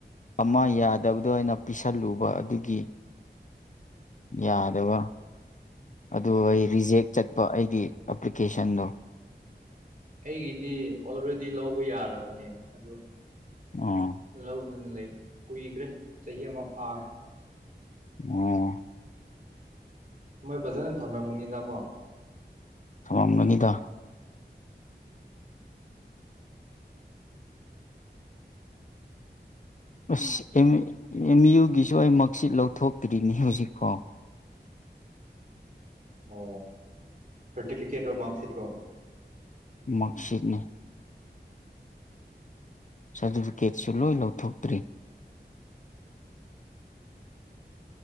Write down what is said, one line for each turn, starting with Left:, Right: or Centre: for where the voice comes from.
Left: ꯑꯃ ꯌꯥꯗꯕꯗꯣ ꯑꯩꯅ ꯄꯤꯁꯜꯂꯨꯕ ꯑꯗꯨꯒꯤ꯫ ꯌꯥꯗꯕ꯫ ꯑꯗꯨ ꯑꯩ ꯔꯤꯖꯦꯛ ꯆꯠꯄ ꯑꯩꯒꯤ꯫ ꯑꯦꯄ꯭ꯂꯤꯀꯦꯁꯟꯗꯣ꯫
Right: ꯑꯩꯒꯤꯗꯤ ꯑꯣꯜꯔꯦꯗꯤ ꯂꯧꯕ ꯌꯥꯔꯕꯅꯦ ꯑꯗꯣ
Left: ꯑꯣ
Right: ꯂꯧꯗꯅ ꯂꯩ꯫ ꯀꯨꯏꯈ꯭ꯔꯦ ꯆꯍꯤ ꯑꯃ ꯐꯥꯔꯦ꯫
Left: ꯑꯣ꯫
Right: ꯃꯣꯏ ꯐꯖꯅ ꯊꯝꯔꯝꯒꯅꯤꯗꯀꯣ꯫
Left: ꯊꯃꯝꯒꯅꯤꯗ꯫ ꯑꯁ ꯑꯦꯝ ꯌꯨꯒꯤꯁꯨ ꯑꯩ ꯃꯥꯔꯛꯁꯤꯠ ꯂꯧꯊꯣꯛꯇ꯭ꯔꯤꯅꯤ ꯍꯧꯖꯤꯛꯐꯥꯎ꯫
Right: ꯑꯣ ꯁꯥꯔꯇꯤꯐꯤꯀꯦꯠꯔꯣ ꯃꯥꯔꯛꯁꯤꯠ꯭ꯔꯣ?
Left: ꯃꯥꯔꯛꯁꯤꯠꯅꯤ ꯁꯥꯔꯇꯤꯐꯤꯀꯦꯠꯁꯨ ꯂꯣꯏ ꯂꯧꯊꯣꯛꯇ꯭ꯔꯤ꯫